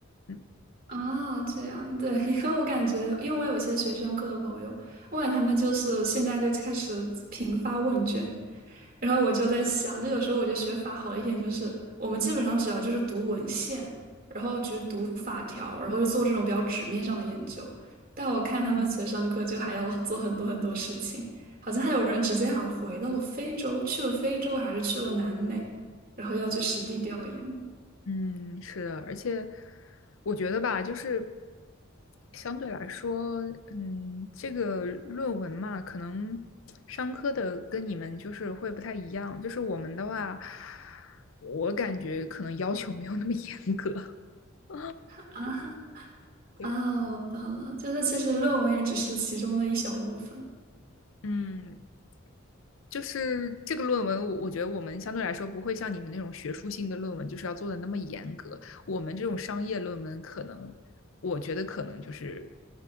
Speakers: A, on the left (about 70°); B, on the right (about 45°).
A: 嗯。
B: 啊，这样，对，<laughs> 因为我感觉，因为我有一些学商科的朋友，我感觉他们就是现在就开始频发问卷，然后我就在想，就有时候我觉得学法好一点，就是我们基本上只要就是读文献，然后就是读法条，然后就做这种比较纸面上的研究。但我看他们学商科就还要做很多很多事情，好像还有人直接好像回到了非洲，去了非洲还是去了南美，然后要去实地调研
A: 嗯，是的，而且我觉得吧，就是相对来说，嗯，这个论文嘛，可能商科的跟你们就是会不太一样，就是我们的话，我感觉可能要求没有那么严格。<laughs>
B: 啊 <laughs>
A: 对，
B: 啊！我懂了，就是其实论文也只是其中的一小部分。
A: 嗯，就是这个论文，我我觉得我们相对来说不会像你们那种学术性的论文，就是要做的那么严格。我们这种商业论文，可能我觉得可能就是